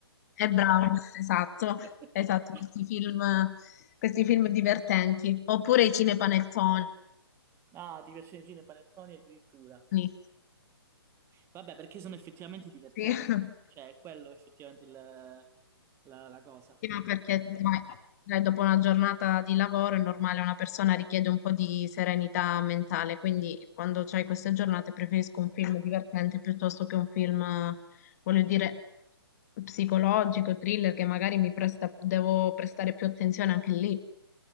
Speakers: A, on the left; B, on the right.
A: è bravo, <laughs> esatto,
B: <laughs>
A: esatto, questi film, questi film divertenti. Oppure i cinepanettoni.
B: Ah, ti piacciono i cine panettoni addirittura.
A: Sì.
B: Vabbè, perché sono effettivamente divertenti.
A: <laughs>
B: Cioè, è quello effettivamente il- la, la cosa.
A: prima perché dai, dai, dopo una giornata di lavoro è normale, una persona richiede un po' di serenità mentale, quindi quando c'hai queste giornate preferisco un film divertente piuttosto che un film, eh, voglio dire, psicologico, thriller, che magari mi presta, devo prestare più attenzione anche lì.